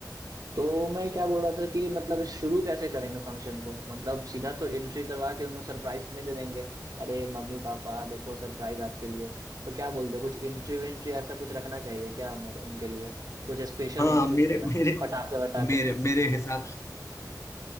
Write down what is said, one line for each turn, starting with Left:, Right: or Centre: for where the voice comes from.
Right: तो मैं क्या बोल रहा था कि मतलब शुरू कैसे करेंगे फंक्शन को मतलब सीधा तो एंट्री करवा के उनको सरप्राइज तो नहीं दे देंगे अरे मम्मी पापा देखो सरप्राइज आपके लिए तो क्या बोलते हो कुछ एंट्री वेंट्री ऐसा कुछ रखना चाहिए क्या मेरे उनके लिए कुछ स्पेशल
Left: हाँ
Right: एंट्री
Left: मेरे
Right: वगैरह
Left: मेरे
Right: पटाखे वटाखे
Left: मेरे मेरे हिसाब